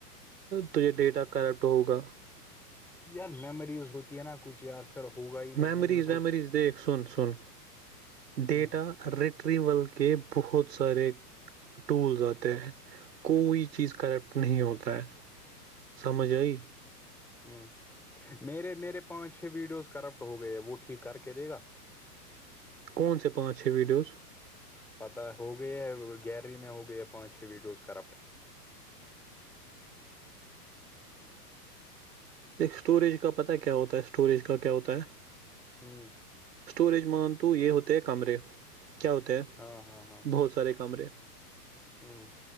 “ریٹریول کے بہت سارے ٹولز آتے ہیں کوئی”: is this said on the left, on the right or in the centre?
Right